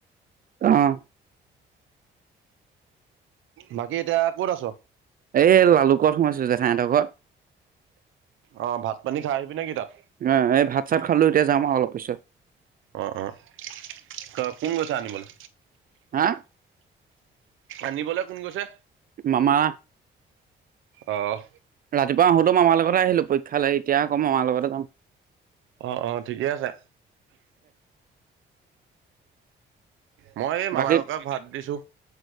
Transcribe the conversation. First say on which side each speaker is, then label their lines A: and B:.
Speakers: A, on the right; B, on the right.
A: আহ
B: বাকী এতিয়া ক'ত আছ
A: এই লালুকত সোমাইছো জঠাইহঁতৰ ঘত
B: অ ভাত পানী খাই আহিবি নেকি তাত
A: অ এই ভাত চাত খালো এতিয়া যাম আৰু অলপ পিছত
B: অঁ অ ত কোন গৈছ আনিবলৈ
A: হা
B: আনিবলৈ কোন গৈছে
A: মামা
B: আহ
A: ৰাতিপুৱা আহোতেো মামাৰ লগতে আহিলো পৰীক্ষা লৈ এতিয়া আকৌ মামাৰ লগতে যাম
B: আহ আহ ঠিকেই আছে মই এই মামা
A: বাকী
B: ককাক ভাত দিছো